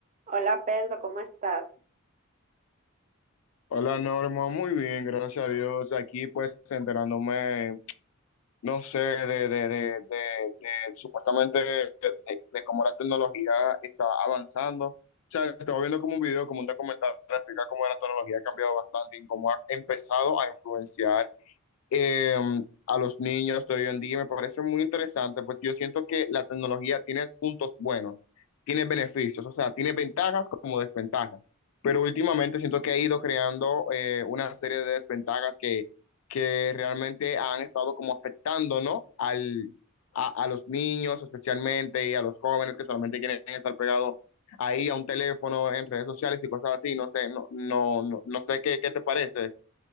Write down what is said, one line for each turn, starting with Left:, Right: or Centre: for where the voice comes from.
Right: Hola Pedro, ¿cómo estás?
Left: Hola Norma, muy bien, gracias a Dios. Aquí pues enterándome, no sé, de, de, de, de, de supuestamente de, de cómo la tecnología está avanzando. O sea, estaba viendo como un video, como un documental acerca de cómo la tecnología ha cambiado bastante y cómo ha empezado a influenciar eh, a los niños de hoy en día me parece muy interesante, pues yo siento que la tecnología tiene puntos buenos, tiene beneficios, o sea, tiene ventajas como desventajas, pero últimamente siento que ha ido creando eh, una serie de desventajas que, que realmente han estado como afectando, ¿no? Al, a, a los niños especialmente y a los jóvenes que solamente quieren estar pegados ahí a un teléfono en redes sociales y cosas así, no sé, no, no, no, no sé qué, qué te parece.